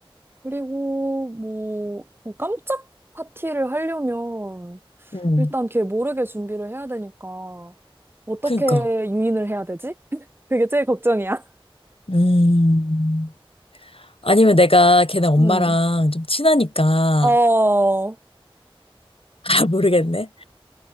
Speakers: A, on the right (about 25°); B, on the left (about 70°).
A: 그리고 뭐, 뭐 깜짝 파티를 하려면
B: 음,
A: 일단 걔 모르게 준비를 해야 되니까 어떻게
B: 그니까.
A: 유인을 해야 되지? 그게 제일 걱정이야.
B: 음. 아니면 내가 걔네 엄마랑
A: <laughs> 음.
B: 좀 친하니까,
A: 어.
B: <laughs> 아, 모르겠네.